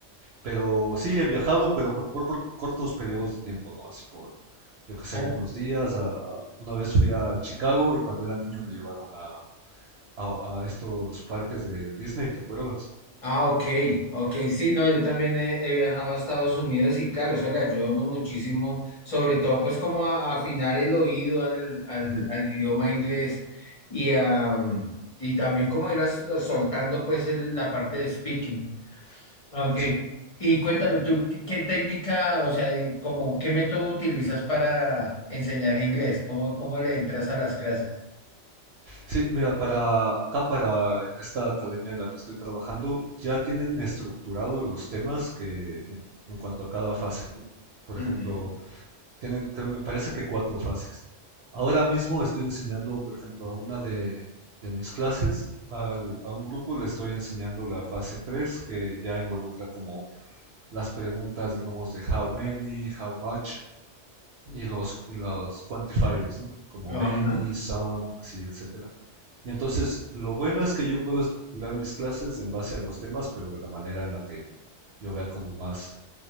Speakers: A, on the right (about 65°); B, on the left (about 35°).
A: Pero sí, he viajado, pero por, por cor- cortos periodos de tiempo, ¿no? Así por, yo qué sé,
B: Ah,
A: unos días. a- a- una vez fui a Chicago y cuando era niño me llevaron a, a- a estos parques de Disney, ¿te acuerdas?
B: Ah, ok, ok, sí, no, yo también he, he viajado a Estados Unidos y claro, eso le ayuda a uno muchísimo, sobre todo pues como a, a afinar el oído al, al,
A: Ujú.
B: al idioma inglés y, a, mm, y también como ir as- soltando pues el- la parte de speaking. Ok.
A: Sí,
B: Y cuéntame tú, ¿qué, qué técnica, o sea, y como qué método utilizas para enseñar inglés? ¿Cómo, cómo le entras a las clases?
A: sí, mira, para acá, para en esta academia en la que estoy trabajando, ya tienen estructurado los temas que en, en cuanto a cada fase, ¿no? Por
B: Ujú.
A: ejemplo, Tienen, creo- me parece que cuatro fases. Ahora mismo estoy enseñando, por ejemplo, a una de, de mis clases, al- a un grupo le estoy enseñando la fase 3, que ya involucra como las preguntas, digamos, de how many, how much, y los, y los quantifiers, ¿no? Como
B: Ajá.
A: any,
B: Ajá.
A: some, así, etcétera. Y entonces, lo bueno es que yo puedo estructurar mis clases en base a los temas, pero de la manera en la que yo vea como más